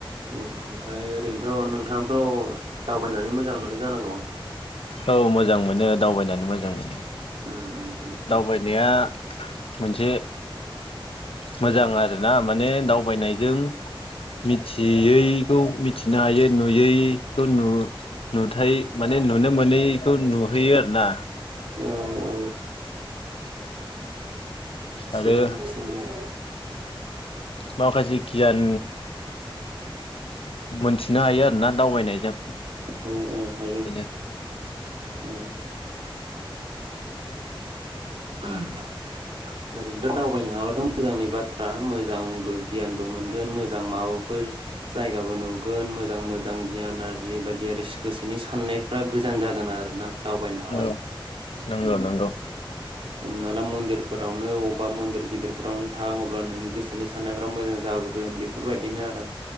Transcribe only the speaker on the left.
औ मोजां मोनो दावबायनानै मोजां मोनो
दावबायनाया मोनसे मोजां आरोना माने दावबायनाय जों मिथियैखौ मि नायननो हायो नुयैखो' नु नुथाय माने नु नो मोनैखौ नुहैयो आरो ना
आरो
माखासे गियान मोनथिनो हायो आरो ना दावबायनायजों
बिनो
औ
नंगौ
नंगौ